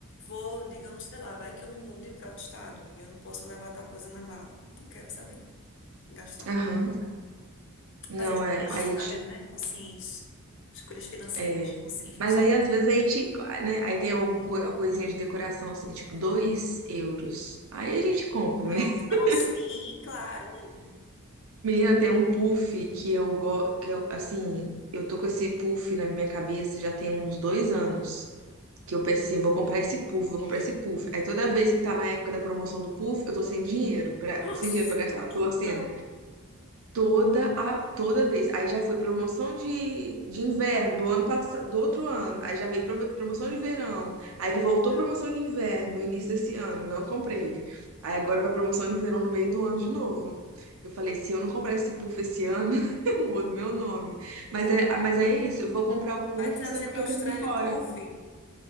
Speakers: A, on the left (about 60°); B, on the right (about 65°).
A: vou, digamos, sei lá, vai que eu me mude para outro estado e eu não posso levar tal coisa na mala. Não quero, sabe? Gastar
B: Aham.
A: com.
B: Não,
A: Fazer escolhas
B: é. Aí
A: sábias, né? Conscientes. Escolhas financeiras
B: É.
A: conscientes.
B: Mas aí,
A: <laughs>
B: às vezes, a gente, né? Aí tem alguma coisinha de decoração, assim, tipo, dois euros. Aí a gente compra,
A: Não,
B: né? <laughs>
A: não, sim, claro, menina.
B: Menina, tem um puff que eu gosto, que eu, assim, eu tô com esse puff na minha cabeça já tem uns dois anos. Que eu penso assim, vou comprar esse puff, vou
A: Ei,
B: comprar esse puff. Aí toda vez que tá na época da promoção do puff, eu tô sem dinheiro, pra,
A: Nossa,
B: sem dinheiro pra gastar à toa,
A: que
B: assim,
A: prova.
B: Toda, a, toda vez. Aí já foi promoção de, de inverno do ano passado, do outro ano. Aí já veio prove- promoção de verão.
A: poxa,
B: Aí voltou promoção de inverno no início desse ano. Não comprei. Aí agora vai promoção de verão no meio do ano de novo. Eu falei, se eu não comprar esse puff esse ano, <laughs> eu mudo meu nome.
A: Né?
B: Mas é, mas é isso, eu vou comprar o puff
A: Vai trazer
B: sendo que
A: para a
B: eu
A: Austrália
B: tô querendo ir embora.
A: o puff?